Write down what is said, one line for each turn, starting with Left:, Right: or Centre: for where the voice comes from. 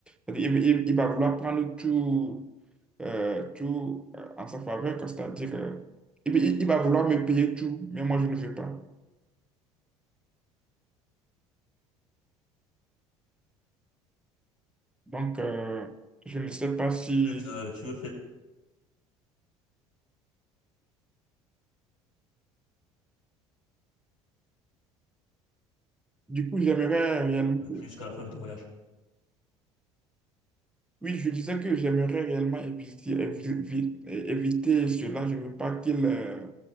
Centre: C'est-à-dire, Il, il- il va vouloir prendre tout, euh, tout euh, en sa faveur, quoi. c'est-à-dire, euh, il, il il va vouloir me payer tout, mais moi je ne veux pas. Donc, euh, je ne sais pas si...
Left: Que tu, euh, tu veux faire
Centre: Du coup, j'aimerais réellement,
Left: jusqu'à la fin de ton voyage?
Centre: oui, je disais que j'aimerais réellement éviter, évi- éviter cela. Je ne veux pas qu'il euh,